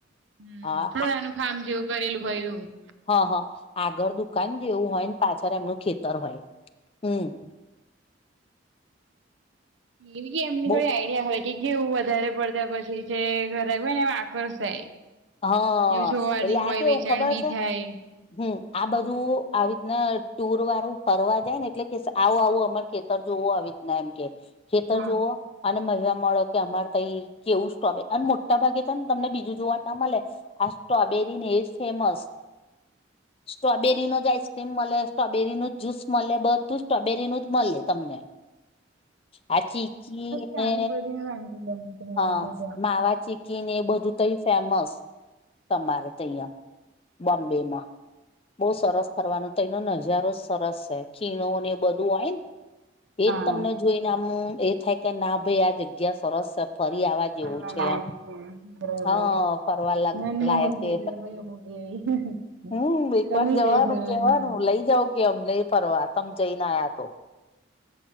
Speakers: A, on the right; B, on the left.
A: હમ
B: હા
A: થોડુ એનું ફાર્મ જેવું કરેલું હોય એવું
B: હ હા આગળ દુકાન જેવું હોયને પાછળ એમનું ખેતર હોય હમ
A: એવી કે એમની
B: બો
A: થોડી આઈડિયા હોય કે કેવું વધારે પડતા પછી છે <unintelligible> એમાં આક્રોશ જય
B: હા
A: એ જોવાની
B: એટલે
A: હોય
B: આ કેવું
A: વેચાણ
B: ખબર
A: બી
B: છે
A: થાય.
B: હમ આ બધું આવી રીતના ટુર વાળું ફરવા જાયને એટલે કે આવું આવું અમારુ ખેતર જોવું આવી રીતના એમ કે ખેતર
A: હા
B: જોવો અને મજા મળો કે અમારે ત કેવું સ્ટ્રોબેરી અને મોટ મોટા ભાગે છે ને તમને બીજું જોવાનું ના મળે આ સ્ટ્રોબેરીને એજ ફેમસ સ્ટ્રોબેરી નોજ આઈસ મલે સ્ટ્રોબેરીનું જ્યુસ મળે બધું સ્ટ્રોબેરીનું જ મળે તમને. આ ચીકી
A: ઘણી
B: ને
A: બધી વાનગી બનતી હોય
B: હા
A: છે ત્યાં.
B: માવા ચીકીનેએ બધું તઈ ફેમસ તમારે ત્યાં બોમ્બેમાં બહ સરસ ફરવાનું ત્યાંનો નજારો સરસ છે ખીણોને એ બધું હોય ન. એજ
A: હા
B: તમને જોઈને આમ એ થાય કે ના ભાઈ આ જગ્યા જગ્યા સરસ છે ફરી આવા જેવું
A: ફરવા
B: છે
A: લાયક
B: એમ
A: છે બરાબર.
B: હા ફરવા લ
A: મનમોહક
B: લાયક છે.
A: જગ્યા હોય અમુક એવી
B: હમ એક
A: ગમી
B: વાર જવાનું
A: જાય ફરવાની
B: કેવાનું લઈ જાવ. કે અમ નઈ ફરવા તમ જઈને આયા તો